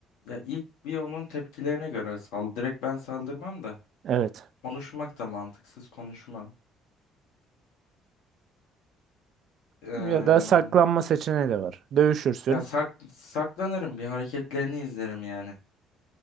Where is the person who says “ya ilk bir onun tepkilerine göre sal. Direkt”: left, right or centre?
Left